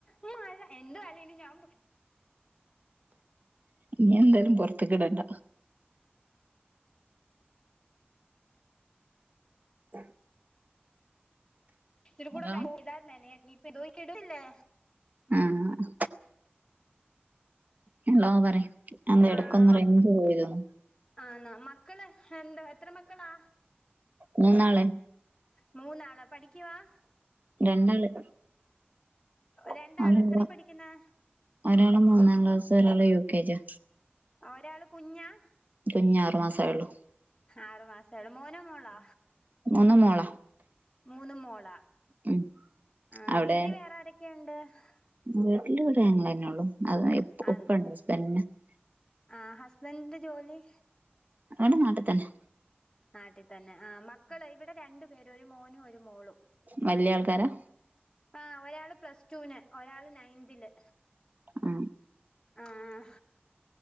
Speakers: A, on the left; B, on the right.
A: മഴ എന്താലേ ഇനി ഞാൻ
B: ഇനിയെന്തായാലും പൊറത്ത്ക്ക് ഇടണ്ട <inaudible>
A: ഇച്ചിരികൂട
B: ഹലോ
A: കഴിഞ്ഞ നനയായ് ഇതോയ്ക്കിടല്ലേ
B: ആഹ് ഹലോ പറ എന്താ
A: ആഹ്
B: ഇടക്കൊന്ന്
A: മ
B: ഇറി പോയിതന്ന്
A: ആന്നാ മക്കള് എന്താ എത്ര മക്കളാ
B: മൂന്നാളെ
A: മൂന്നാളാ പഠിക്കവാ
B: രണ്ടാള്
A: രണ്ടാള്
B: ഒരാള്
A: എത്ര പഠിക്ക്ന്നെ
B: ഒരാള് മൂന്നാം ക്ലാസ് ഒരാള് യു കെജി
A: ഒരാള് കുഞ്ഞാ
B: കുഞ്ഞ ആറു മാസ ആള്ളൂ
A: ആറ് മാസം ചെട മോന മോളാ
B: മൂന്ന് മോളാ
A: മൂന്ന് മോള
B: ഉം
A: ആ
B: അവിടെ
A: വീട്ടീ വേറെ ആരൊക്കെയണ്ട് <unintelligible>
B: വീട്ടില് ഒര് ആങ്ങളന്നെ ള്ളൂ അത് ഇപ്പു
A: ആഹ്
B: <unintelligible>
A: ആഹ് ഹസ്ബൻഡന്റെ ജോലി
B: നടെ നാട്ട തന്നെ
A: നാട്ടിൽ തന്നെ ആ മക്കള് ഇവിടെ രണ്ട പേര ഒരു മോനും ഒരു മോളും
B: വല്ല്യ ആൾക്കാരാ
A: ആ ഒരാള് പ്ലസ്ടൂന് ഒരാള് നയന്തില്
B: ആ
A: ആഹ്